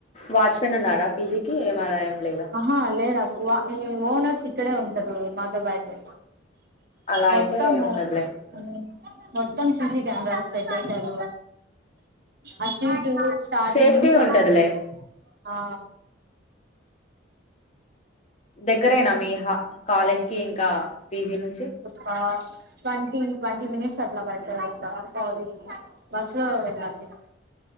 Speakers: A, on the left; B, on the right.
A: వాచ్మెన్ ఉన్నార పీజీకి ఏం అల ఏం లేదా
B: ఆహా లేర్ అక్ వో ఓనర్స్ ఇక్కడే ఉంటరు మాతో పాటీ
A: అలా
B: వస్తము
A: అయితే ఏమున్నదిలే
B: హ్మ్ మొత్తం సీసీ కెమెరాస్ పెట్టేసారు ఆ స్ట్రీట్ ఉ స్టార్టింగ్
A: సేఫ్టీ
B: నుంచి
A: ఉంటదిలే
B: ఎడింగ్ వరాక్ ఆ
A: దేగ్గరేనా మీ హా కాలేజ్కి ఇంక పీజీ నుంచి
B: ఒక ట్వంటీ ట్వంటీ మినేట్స్ అట్లా పడ్తద్ అక్క కాలేజ్ కి బస్ లో వెళ్ళాలి